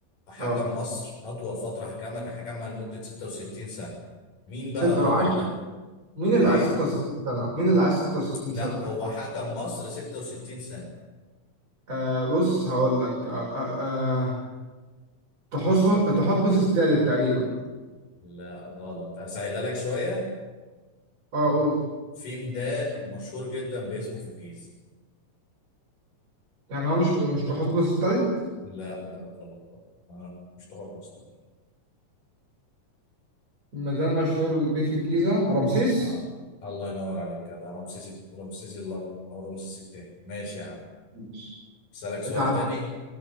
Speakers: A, on the left; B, on the right.
A: حكم
B: اه
A: مصر اطول فتره حكمها كان حكمها لمده 66 سنه مين بقى
B: ستة
A: الراجل
B: وعشرة
A: ده
B: مين اللي
A: ايه
B: عايز 66 سنة؟ مين اللي عايز 66
A: لا
B: سنة ده؟
A: هو حكم مصر 66 سنة
B: آه بص هقول لك آه آه آه، تحتمس تحتمس التالت تقريبا
A: لا غلط اسهلها لك شوية
B: اه قول
A: في ميدان مشهور جدا باسمه في الجيزة
B: يعني هو مش مش تحتمس التالت
A: لا لا غلط بقى. اه مش تحتمس لا
B: مدام مشهور بيه في الجيزة رمسيس
A: اه الله ينور عليك كده رمسيس رمسيس الاكبر او رمسيس التاني ماشي يا عم
B: ماشي
A: اسالك سؤال
B: تعال
A: تاني